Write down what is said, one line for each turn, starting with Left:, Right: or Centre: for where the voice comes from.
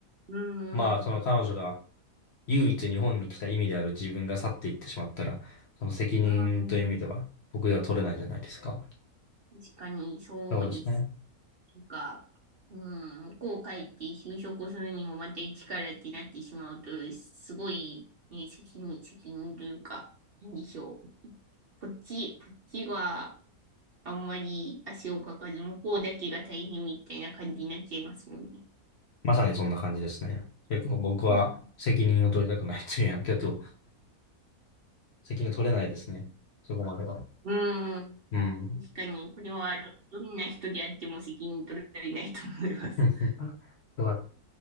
Right: うん、
Left: まあ、その彼女が
Right: うん、
Left: 唯一日本に来た意味である自分が去っていってしまったら、その責任という意味では、
Right: うん。
Left: 僕が取れないじゃないですか。
Right: 確かに、そうです。
Left: そうですね。
Right: とか、うん、向こう帰って就職するにもまた一からってなってしまうと、すごい、ね、責任、責任というか、なんでしょう。こっち、こっちは、あんまり足をかかず、向こうだけが大変みたいな感じになっちゃいますもんね。
Left: まさにそんな感じですね。結構僕は責任を取りたくないというやけど、
Right: うん、
Left: <laughs> 責任取れないですね。そこまでは。
Right: うん
Left: うん。
Right: 確かに、これはど、んな人であっても責任取られないと思います。
Left: <laughs> だか